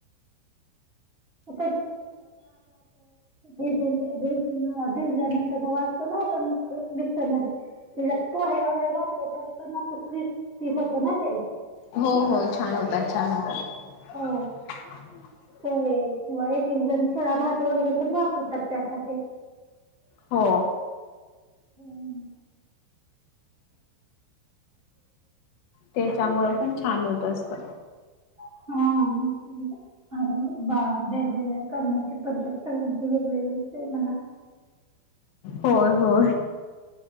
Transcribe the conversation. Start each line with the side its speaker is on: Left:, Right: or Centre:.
Right: <unintelligible> भिज ते भेज भिजल्यानंतर म वाचतो ना आपण म मिक्सर मध्ये तिला तो हे वगैरे घातले तरी, पण क्रिप्सी होत ना ते
Left: हो हो छान होतात, छान होतात.
Right: हो
Left: <unintelligible>
Right: पोहे किंवा एक, एक जण शिळा भात वगैरे पण वापरतात त्यासाठी. <unintelligible>
Left: हो
Right: हम्म
Left: त्याच्यामुळं पण छान होत असत.
Right: <unintelligible> बा वेगवेगळ्या करण्याची पद्धत सगळ्यांची वेगवेगळीच हाय म्हणा
Left: होय होय